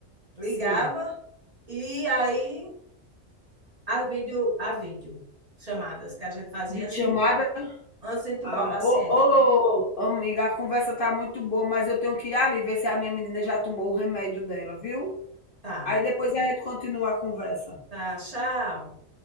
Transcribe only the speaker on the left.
Sim.
Videochamada?
Ah,
ô, ô, ô, amiga, a conversa tá muito boa, mas eu tenho que ir ali ver se a minha menina já tomou o remédio dela, viu?
Aí depois a gente continua a conversa.